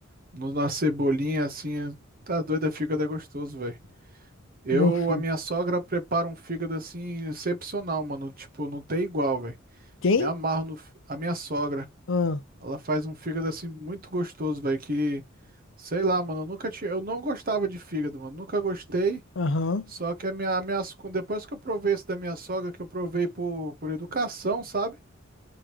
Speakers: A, on the right; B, on the left.
A: no- na cebolinha assim, é, tá doido, é fígado é gostoso, velho. Eu,
B: não fica.
A: a minha sogra prepara um fígado assim, excepcional, mano, tipo, não tem igual, velho.
B: Quem?
A: Me amarro no, f- a minha sogra,
B: Ah,
A: ela faz um fígado assim muito gostoso, velho, que, sei lá, mano, eu nunca tinha, eu não gostava de fígado, mano, nunca gostei.
B: Aham.
A: Só que a minha, a minha- so, depois que eu provei esse da minha sogra, que eu provei por, por educação, sabe?